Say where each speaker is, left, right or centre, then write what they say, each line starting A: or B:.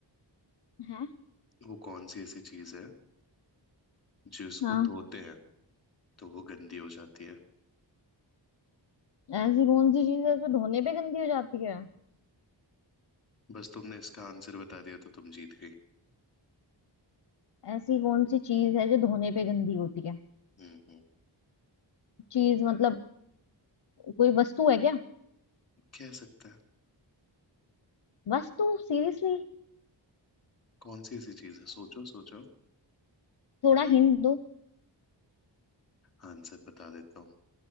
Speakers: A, on the left; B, on the left.
A: है
B: वो कौन सी ऐसी चीज है जिसको
A: हाँ
B: धोते हैं तो वो गंदी हो जाती है
A: ऐसी कौन सी चीज है जो धोने पे गंदी हो जाती है
B: बस तुमने इसका आंसर बता दिया तो तुम जीत गई
A: ऐसी कौन सी चीज है जो धोने पे गंदी होती है
B: हम्म हम्म।
A: चीज मतलब कोई वस्तु है क्या
B: कह सकते हैं
A: बस तू सीरियसली
B: कौन सी ऐसी चीज है सोचो सोचो
A: थोड़ा हिंट दो
B: आंसर बता देता हूँ